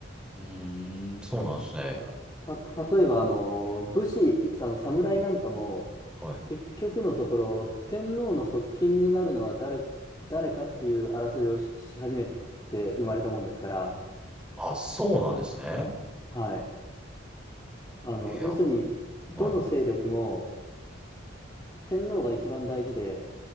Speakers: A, in the centre; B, on the left.
A: うーん、そうなんですね。
B: あた、例えば、あの、武士、その侍なんかも、
A: はい。
B: 結局のところ、天皇の側近になるのは誰、誰かっていう争いをし、し始めて生まれたもんですから、
A: あ、そうなんですね。
B: はい。あの、
A: いや、
B: 要するに、
A: は
B: どの勢力も
A: い。
B: 天皇が一番大事で、